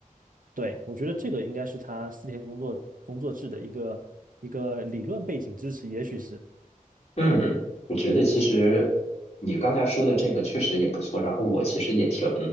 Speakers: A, on the right; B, on the left.
A: 对，我觉得这个应该是他四天工作工作制的一个一个理论背景支持，也许是，
B: 嗯，我觉得其实你刚才说的这个确实也不错，然后我其实也挺